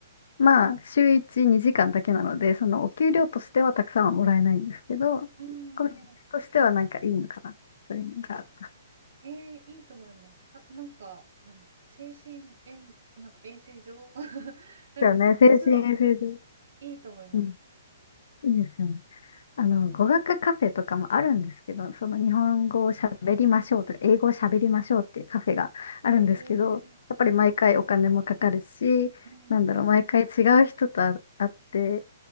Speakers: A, on the left; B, on the right.
A: まあ、週1、2時間だけなので、そのお給料としてはたくさんはもらえないんですけど、
B: うん
A: コミュニティとしてはなんかいいのかな、そういうのが。で
B: ええいいと思います。あとなんか、あの、精神衛、なんか衛生上 <laughs> なんか、
A: すよね、精神衛生上。
B: そう、いいと思います。
A: うん、いいですよね。あの、
B: うん、
A: 語学カフェとかもあるんですけど、その日本語を喋りましょうとか、英語を喋りましょうっていうカフェがあるんですけど、
B: ええ
A: やっぱり毎回お金もかかるし、
B: うん、
A: なんだろう、毎回違う人とあ会って、